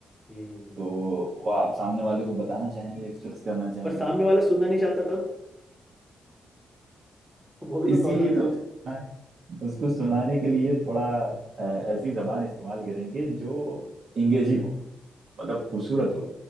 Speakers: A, in the centre; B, on the right (about 50°).
A: हम्म
B: तो वो आप सामने वाले को बताना चाहेंगे एक्सप्रेस करना चाहेंगे
A: पर सामने वाला सुनना नहीं चाहता तब वो भी तो
B: इसीलिए
A: प्रॉब्लम है
B: तो
A: ना
B: उसको सुनाने उसको सुनाने के लिए थोड़ा अ, ऐसी जबान इस्तेमाल करेंगे जो इंगेजिंग हो मतलब खूबसूरत हो